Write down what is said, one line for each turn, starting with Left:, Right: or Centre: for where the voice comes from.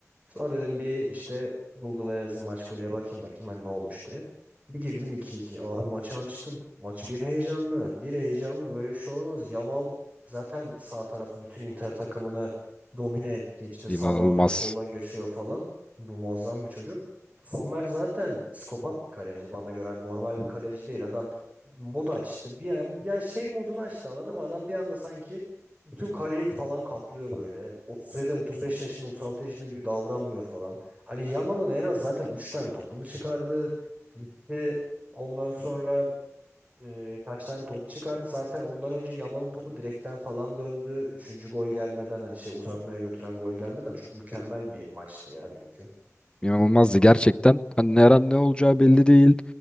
Right: Sonra dedim bir işte Google'a yazayım maç golüye bakayım bakayım hani ne olmuş diye. Bir girdim 2-2. Abi maçı açtım. Maç bir heyecanlı. Bir heyecanlı böyle bir şey olamaz. Yamal zaten sağ tarafı bütün Inter takımını domine etti. İşte
Left: İnanılmaz.
Right: sağdan atıyor soldan geçiyor falan. Muazzam bir çocuk. Sommer zaten psikopat bir kaleci. Bana göre hani normal bir kaleci değil. Adam mod açtı. Bir, ya şey modunu açtı anladın mı? Adam bir anda sanki bütün kaleyi falan kaplıyor böyle. 37, 35 yaşında, 36 yaşında gibi davranmıyor falan. Hani Yamal'ın en az zaten 3 tane topunu çıkardı. Gitti. Ondan sonra e, kaç tane top çıkardı. Zaten ondan önce Yamal'ın topu direkten falan döndü. Üçüncü gol gelmeden hani şey uzatmaya götüren gol gelmeden çok mükemmel bir maçtı ya dünkü.
Left: İnanılmazdı gerçekten. Hani her an ne olacağı belli değil.